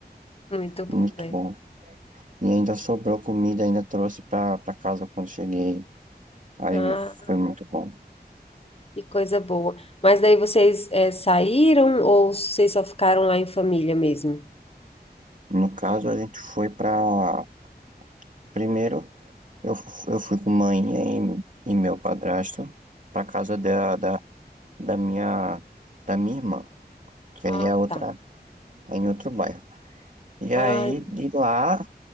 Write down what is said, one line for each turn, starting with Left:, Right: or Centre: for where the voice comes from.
Left: Muito bom,
Right: Muito
Left: né?
Right: bom. E ainda sobrou comida, ainda trouxe pra, pra casa quando cheguei. Aí
Left: Ah,
Right: foi muito bom.
Left: que coisa boa. Mas daí vocês, é, saíram ou vocês só ficaram lá em família mesmo?
Right: No caso, a gente foi pra. Primeiro. Eu, fu- eu fui com mãe e, e meu padrasto pra casa da, da, da minha, da minha irmã, que
Left: Ah,
Right: aí é outra,
Left: tá.
Right: é em outro bairro. E aí,
Left: Ah,
Right: de lá,